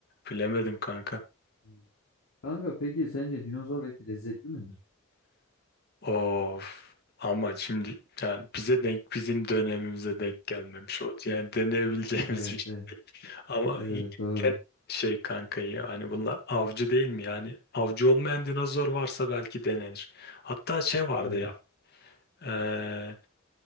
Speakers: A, on the left; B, on the left.
A: Bilemedim kanka.
B: Hmm. Kanka peki sence dinozor eti lezzetli midir?
A: Of. Ama şimdi yani bize denk bizim dönemimize denk gelmemiş oldu. Yani deneyebileceğimiz
B: Evet,
A: bir şey.
B: evet,
A: Ama
B: evet doğru.
A: gen- şey kanka ya hani bunlar avcı değil mi? Yani avcı olmayan dinozor varsa belki denenir. Hatta şey vardı
B: Evet.
A: ya eee,